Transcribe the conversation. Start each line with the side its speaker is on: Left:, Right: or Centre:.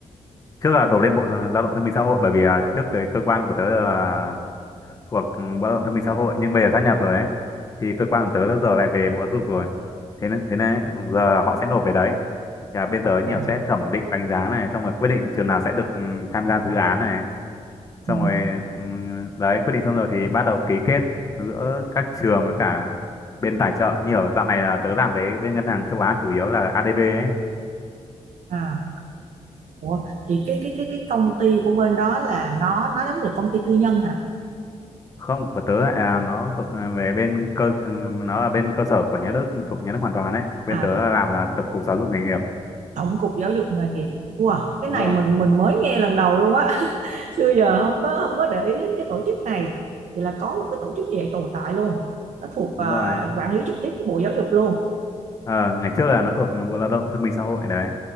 Left: trước là nộp lên bộ lao động thương binh xã hội bởi vì à, trước cái cơ quan của tớ là thuộc ừ, Bộ Lao động Thương binh Xã hội nhưng bây giờ sát nhập rồi ấy thì cơ quan của tớ đã giờ lại về Bộ Giáo dục rồi thế nên thế nên giờ là họ sẽ nộp về đấy và bên tớ nhiều
Right: à,
Left: sẽ thẩm định đánh giá này xong rồi quyết định trường nào sẽ được ừ, tham gia dự án này
Right: ừ,
Left: xong rồi ừ, đấy quyết định xong rồi thì bắt đầu ký kết giữa các trường với cả bên tài trợ như ở dạo này là tớ làm với bên ngân hàng châu Á chủ yếu là ADB ấy
Right: à. Ủa, thì cái cái cái cái công ty của bên đó là nó nó giống được công ty tư nhân hả
Left: không của tớ lại là nó thuộc ờ, về bên cơ ừ, nó là bên cơ sở của nhà nước thuộc nhà nước hoàn toàn đấy bên
Right: à
Left: tớ là làm là tổng cục giáo dục nghề nghiệp
Right: Tổng cục Giáo dục nghề nghiệp wow cái
Left: đúng
Right: này
Left: rồi
Right: mình mình mới nghe lần đầu luôn á <laughs> xưa giờ không có không có để ý đến cái tổ chức này vậy là có một cái tổ chức như vậy tồn tại luôn nó thuộc à,
Left: Đúng rồi.
Right: quản lý trực tiếp của Bộ Giáo dục luôn
Left: Ờ, ngày trước là nó thuộc Bộ Lao động Thương binh Xã hội đấy.